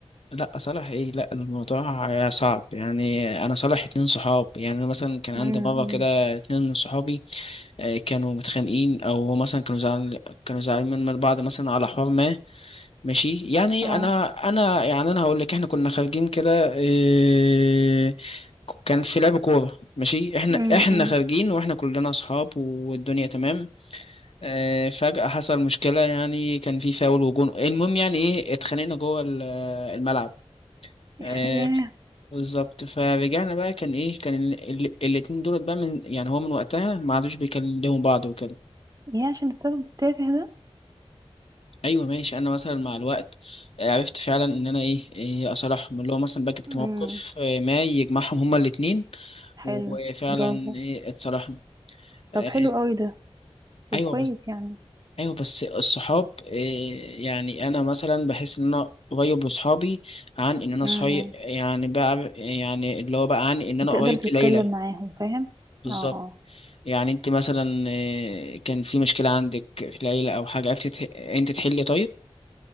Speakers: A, on the left; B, on the right.
A: لا صالح ايه لا الموضوع صعب يعني انا صالح اتنين صحاب يعني أنا مثلا كان عندي
B: امم
A: مره كده اتنين من صحابي آه، كانوا متخانقين او مثلا كانوا زعل كانوا زعلانين من بعض مثلا على حوار ما ماشي يعني
B: اه
A: انا انا يعني انا هقول لك احنا كنا خارجين كده آه، كان في لعب كوره ماشي احنا
B: امم
A: احنا خارجين واحنا كلنا اصحاب والدنيا تمام آه، فجأة حصل مشكلة يعني كان في فاول وجون المهم يعني ايه اتخانقنا جوه ال- الملعب
B: <laughs>
A: آه،
B: ياه
A: بالظبط فرجعنا بقى كان ايه كان ال... ال... الاتنين دولت بقى من يعني هو من وقتها ما عادوش بيكلموا بعض وكده
B: ياه عشان السبب التافه ده
A: فايوه ماشي انا مثلا مع الوقت آه، عرفت فعلا ان انا ايه, إيه اصالحهم اللي هو مثلا بقى جبت
B: امم
A: موقف آه، ما يجمعهم هما الاتنين
B: حلو
A: وفعلا
B: برافو
A: ايه اتصالحنا
B: طب
A: آه،
B: حلو قوي ده طب
A: ايوه
B: كويس
A: بس
B: يعني
A: ايوه بس الصحاب إيه يعني انا مثلا بحس ان انا قريب لصحابي عن ان انا
B: امم
A: صحي يعني بقى يعني اللي هو بقى عن ان انا
B: بتقدر
A: قريب
B: تتكلم
A: لليلى
B: معاهم فاهم
A: بالظبط
B: اه اه
A: يعني انت مثلا آه، كان في مشكلة عندك في العيلة او حاجة عرفت تح- انت تحلي طيب